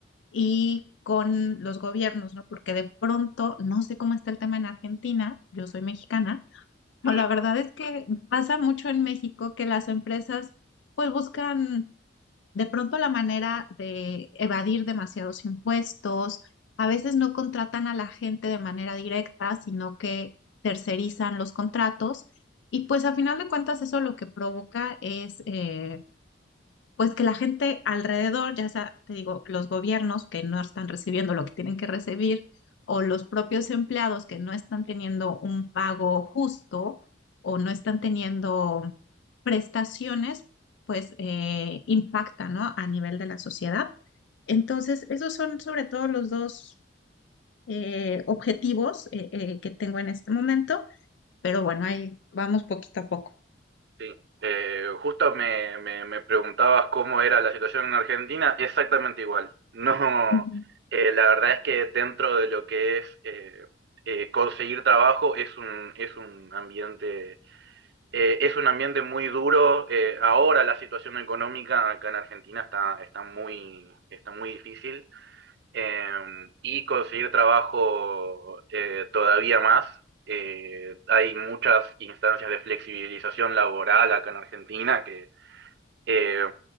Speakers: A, on the left; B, on the right.
A: y con los gobiernos, ¿no? Porque de pronto, no sé cómo está el tema en Argentina, yo soy mexicana, pero
B: Sí,
A: la verdad es que pasa mucho en México que las empresas pues buscan de pronto la manera de evadir demasiados impuestos, a veces no contratan a la gente de manera directa, sino que tercerizan los contratos. Y pues a final de cuentas eso lo que provoca es, eh, pues que la gente alrededor, ya sea, te digo, los gobiernos que no están recibiendo lo que tienen que recibir, o los propios empleados que no están teniendo un pago justo o no están teniendo prestaciones, pues eh, impacta, ¿no? A nivel de la sociedad. Entonces, esos son sobre todo los dos eh, objetivos eh, eh, que tengo en este momento, pero bueno, ahí vamos poquito a poco.
B: sí. Eh, justo me, me, me preguntabas cómo era la situación en Argentina, exactamente igual. <laughs> No,
A: Ujú,
B: eh, la verdad es que dentro de lo que es eh, eh, conseguir trabajo es un, es un ambiente Eh, es un ambiente muy duro. eh, ahora la situación económica acá en Argentina está, está muy, está muy difícil eh, y conseguir trabajo eh, todavía más. Eh, hay muchas instancias de flexibilización laboral acá en Argentina que, eh,